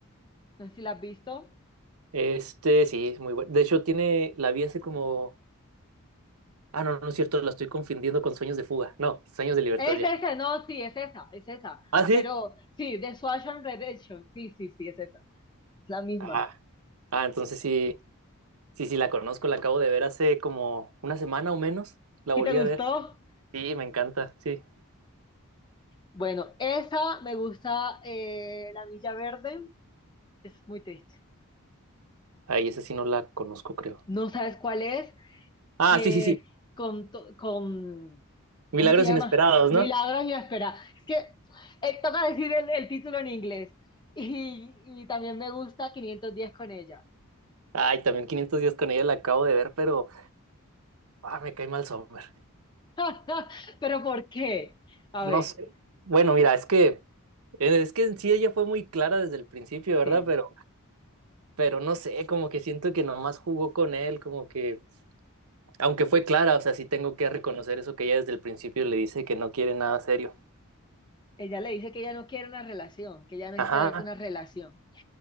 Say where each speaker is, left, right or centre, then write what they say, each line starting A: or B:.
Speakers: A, on the left; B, on the right.
A: no sé si la has visto.
B: Este, sí, es muy bueno. De hecho, tiene, la vi hace como, ah, no, no es cierto, la estoy confundiendo con Sueños de Fuga. No, Sueños de Libertad
A: Es
B: ya.
A: esa, no, sí, es esa, es esa.
B: ¿Ah, sí?
A: Pero sí, de Shawshank Redemption, sí, sí, sí, es esa, es la misma.
B: Ah, ah, entonces sí, sí, sí, la conozco, la acabo de ver hace como una semana o menos. La
A: ¿Sí
B: volví
A: te gustó?
B: a ver. Sí, me encanta, sí.
A: Bueno, esa me gusta, eh, La Milla Verde, es muy triste.
B: Ay, esa sí no la conozco, creo.
A: No sabes cuál es,
B: Ah,
A: que
B: sí, sí, sí.
A: con, to- con
B: Milagros
A: ¿cómo se llama?
B: inesperados,
A: Milagros
B: ¿no?
A: y la espera Es que eh, toca decir el, el título en inglés. Y, y también me gusta 500 días con ella.
B: Ay, también 500 días con ella la acabo de ver, pero ah, me cae mal Sommer.
A: <laughs> Pero ¿por qué? A
B: No
A: ver,
B: sé. Bueno, mira, es que eh, es que en sí ella fue muy clara desde el principio, ¿verdad?
A: sí.
B: Pero pero no sé, como que siento que nomás jugó con él, como que aunque fue clara, o sea, sí tengo que reconocer eso que ella desde el principio le dice que no quiere nada serio.
A: Ella le dice que ella no quiere una relación, que ella no está
B: Ajá.
A: abierta a una relación.